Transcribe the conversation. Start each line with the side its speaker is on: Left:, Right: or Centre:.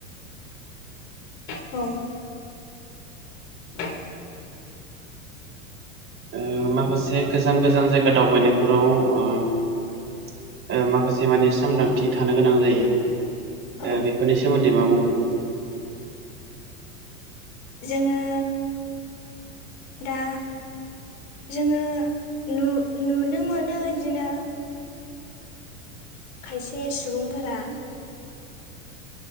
Left: <unintelligible> <inaudible>
Right: ओ माखासे गोजान गोजान जायगा दावबायनायफोराव ओ ओ माखासे माने सांग्रांथि थानो गोनां जायो।
Left: औ
Right: ओ बेफोरनि सोमोन्दै मा बुंगोन?
Left: जोङो दा जोङो नु नुनो मोनो बिदिनो खायसे सुबुंफोरा